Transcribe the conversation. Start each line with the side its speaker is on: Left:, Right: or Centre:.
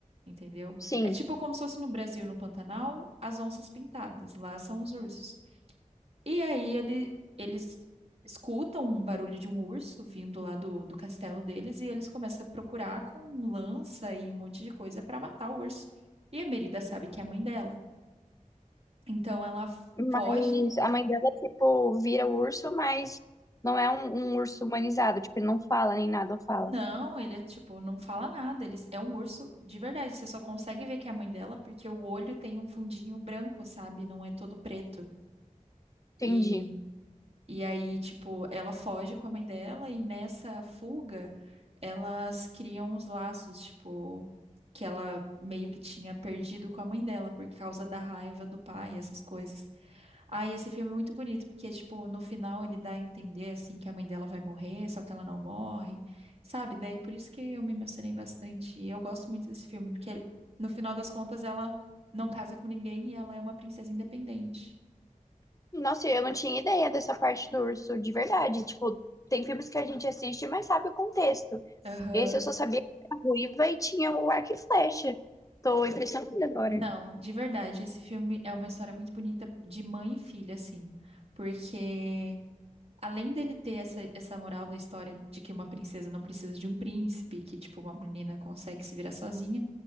Right: entendeu?
Left: Sim,
Right: É tipo como se fosse no Brasil, no Pantanal, as onças pintadas, lá são os ursos. E aí ele, eles escutam um barulho de um urso vindo lá do, do castelo deles e eles começam a procurar com lança e um monte de coisa para matar o urso. E a Merida sabe que é a mãe dela. Então ela foge
Left: mas a mãe dela, tipo, vira o urso, mas não é um, um urso humanizado, tipo, ele não fala nem nada, não fala.
Right: Não, ele é tipo, não fala nada. Ele é um urso de verdade. Você só consegue ver que é a mãe dela porque o olho tem um fundinho branco, sabe? Não é todo preto.
Left: Entendi.
Right: E e aí, tipo, ela foge com a mãe dela e nessa fuga elas criam os laços, tipo, que ela meio que tinha perdido com a mãe dela por causa da raiva do pai, essas coisas. Ah, e esse filme é muito bonito, porque, tipo, no final ele dá a entender, assim, que a mãe dela vai morrer, só que ela não morre, sabe? Daí por isso que eu me emocionei bastante. E eu gosto muito desse filme, porque no final das contas ela não casa com ninguém e ela é uma princesa independente.
Left: Nossa, eu não tinha ideia dessa parte do urso, de verdade. Tipo, tem filmes que a gente assiste, mas sabe o contexto.
Right: Aham.
Left: Esse eu só sabia que era ruiva e tinha o arco e flecha. Tô impressionada agora.
Right: Não, de verdade, esse filme é uma história muito bonita de mãe e filha, assim, porque além dele ter essa, essa moral da história de que uma princesa não precisa de um príncipe, que, tipo, uma menina consegue se virar sozinha,